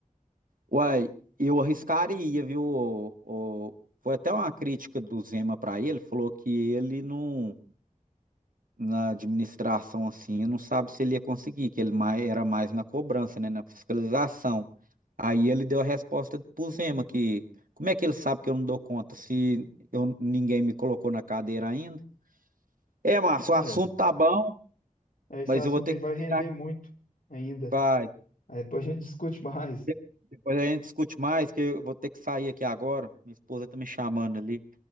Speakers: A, on the right; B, on the left.
A: uai, eu arriscaria, viu? O- o- foi até uma crítica do Zema para ele, falou que ele não, na administração assim, não sabe se ele ia conseguir, que ele mais, era mais na cobrança, né, na fiscalização. Aí ele deu a resposta pro Zema que como é que ele sabe que eu não dou conta se eu, ninguém me colocou na cadeira ainda? É, Márcio,
B: É,
A: o assunto tá bom,
B: esse
A: mas
B: assunto
A: eu vou ter
B: aí
A: que
B: vai
A: desligar,
B: render muito ainda.
A: pai.
B: Aí depois a gente <laughs> discute mais.
A: De- Depois a gente discute mais, que eu vou ter que sair aqui agora. Minha esposa tá me chamando ali.